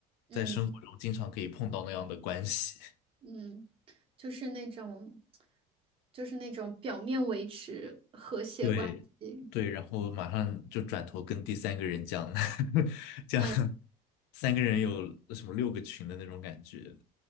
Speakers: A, on the right; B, on the left.
A: 嗯
B: 在生活中经常可以碰到那样的关系。
A: 嗯，就是那种，就是那种表面维持和谐关系，
B: 对对，然后马上就转头跟第三个人讲，<laughs> 讲
A: 嗯，
B: 三个人有什么六个群的那种感觉，